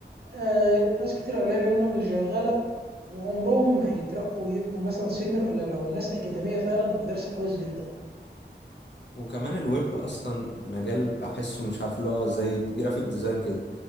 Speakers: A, on the right; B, on the left.
A: آه ناس كتير قليله منهم اللي شغاله وعمرهم ما هيترقوا يبقوا مثلا سينيور الا لو ناس اكاديميه فعلا ودارسه كويس جدا
B: وكمان الويب اصلا مجال بحسه مش عارف اللي هو زي جرافيك ديزاين كده